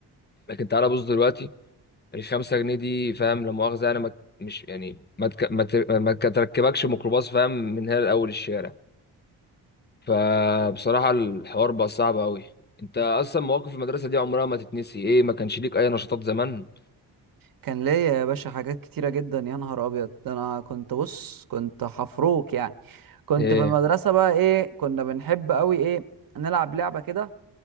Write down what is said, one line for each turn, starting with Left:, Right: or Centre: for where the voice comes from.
Left: لكن تعالى بص دلوقتي الخمسة جنيه دي فاهم لا مؤاخذة يعني ما مش يعني ما تك... ما, ت... ما ك- تركبكش ميكروباص فاهم من هنا لأول الشارع فبصراحة الحوار بقى صعب أوي أنت أصلا مواقف المدرسة دي عمرها ما تتنسي إيه ما كانش ليك أي نشاطات زمان
Right: كان ليا يا باشا حاجات كتيرة جدا يا نهار أبيض ده أنا كنت بص كنت حفروك يعني كنت
Left: إيه
Right: في المدرسة بقى إيه كنا بنحب أوي إيه نلعب لعبة كده